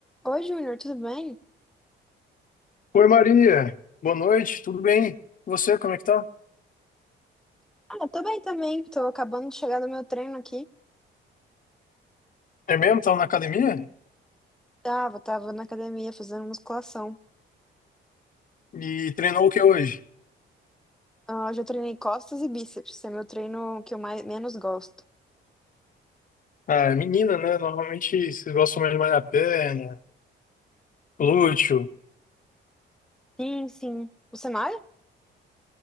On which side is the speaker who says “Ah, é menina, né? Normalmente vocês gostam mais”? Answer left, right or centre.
Left